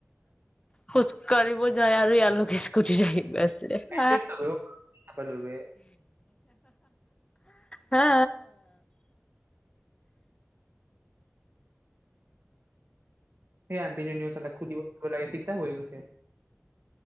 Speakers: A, on the left (about 20°); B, on the right (about 50°).
A: খোজ কাঢ়িব ঢ়িব যায় আৰু ইয়ালোকে স্কুটি আহিব আছে
B: সেইটোৱেতো
A: হ।
B: গম নাপালো বে
A: হা
B: সেই আন্তি জনি চালাক সুধিব লাগে । হৈ গৈছে